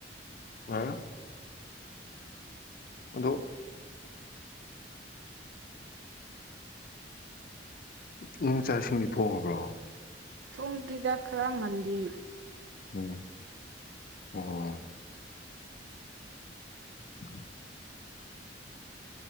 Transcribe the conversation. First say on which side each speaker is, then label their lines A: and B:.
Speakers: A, on the left (about 50°); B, on the right (about 75°).
A: ꯑ ꯑꯗꯣ ꯏꯃꯨꯡ ꯆꯥꯏꯁꯤꯡꯅꯤ ꯊꯣꯡꯉꯕ꯭ꯔꯣ
B: ꯁꯣꯒꯤꯗ ꯈꯔ ꯉꯜꯂꯤ
A: ꯎꯝ ꯑꯣ <unintelligible>